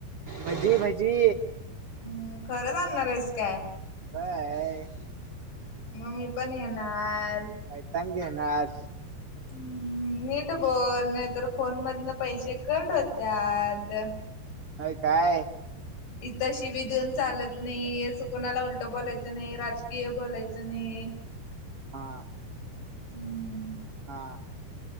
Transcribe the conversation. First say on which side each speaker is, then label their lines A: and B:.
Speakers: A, on the right; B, on the left.
A: भजी भजी.
B: हम्म खरंच आणणार आहेस काय.
A: व्हय
B: मी पण येणार.
A: पायतान घेणार.
B: हम् हम् नीट बोल नाही तर फोन मधंन पैसे कट होत्यात.
A: होय काय
B: इथं शिवी देऊन चालत नाही. असं कणाला उलटं बोलायचं नाही राजकीय बोलायचं नाही.
A: हां
B: हम्म
A: हा